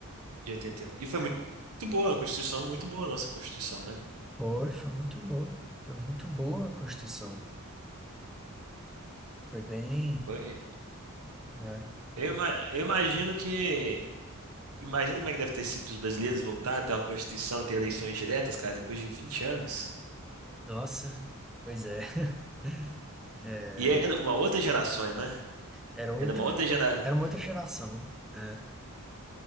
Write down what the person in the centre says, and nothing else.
Foi, foi muito boa. Foi muito boa a Constituição. Foi bem.
né?
Nossa, pois é. <laughs> É,
era outra,
era uma outra geração, né? é,